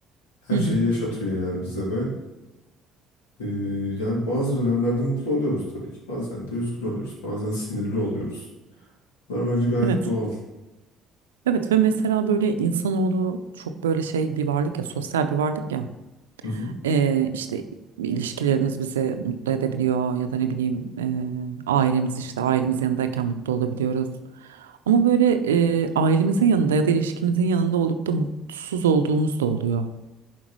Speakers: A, on the left; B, on the right.
A: Her
B: hı hı.
A: şeyi yaşatıyor yani bize ve Ee, yani bazı dönemlerde mutlu oluyoruz tabii ki. Bazen de üzgün oluyoruz. Bazen sinirli oluyoruz. Bunlar bence gayet
B: Evet.
A: doğal.
B: Evet ve mesela böyle insanoğlu çok böyle şey bir varlık ya sosyal bir varlık ya
A: Hı hı.
B: Ee, işte ilişkilerimiz bizi mutlu edebiliyor ya da ne bileyim e, ailemiz işte ailemiz yanındayken mutlu olabiliyoruz. Ama böyle e, ailemizin yanında ya da ilişkimizin yanında olup da mutsuz olduğumuz da oluyor.